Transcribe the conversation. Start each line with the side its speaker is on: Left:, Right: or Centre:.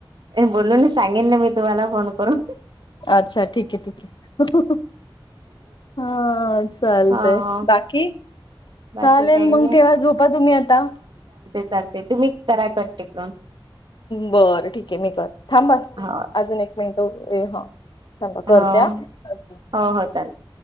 Right: बोलून सांगेन ना मी तुम्हाला फोनकरून.
Left: अच्छा ठीक आहे ठीक आहे. हा चालतंय.
Right: हो.
Left: बाकी की
Right: बाकी
Left: चालेल
Right: काही
Left: मग ठेवा झोपा तुम्ही आता.
Right: चालतंय तुम्ही करा कट तिकडून.
Left: बरं ठीक आहे मी कर थांब अजून
Right: हो
Left: एक मिनिट हा. थांबा
Right: हा.
Left: करते हा.
Right: हो हो चालतंय.